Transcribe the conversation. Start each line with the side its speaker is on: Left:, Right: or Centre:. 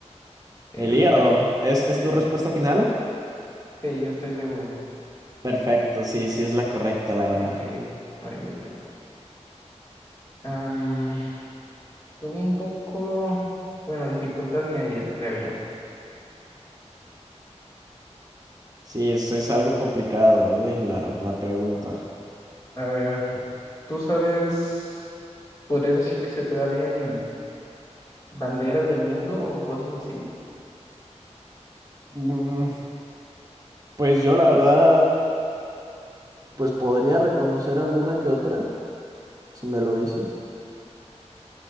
Left: El
Right: ¿El
Left: Hígado,
Right: hígado?
Left: estoy...
Right: ¿Es,
Left: Sí,
Right: es tu
Left: sí,
Right: respuesta
Left: sí.
Right: final?
Left: Sí, yo estoy seguro.
Right: Perfecto, sí, sí es la correcta, la
Left: Ok,
Right: verdad.
Left: muy bien, muy bien. Am, tuve un poco... Bueno, dificultad media, creo yo.
Right: Sí, eso es algo complicado, eh, la, la pregunta.
Left: A ver, ¿tú sabes... ¿Podrías decir que se te da bien banderas del mundo o cosas así?
Right: Mm, pues yo, la verdad, Pues podría reconocer alguna que otra, si me lo dices.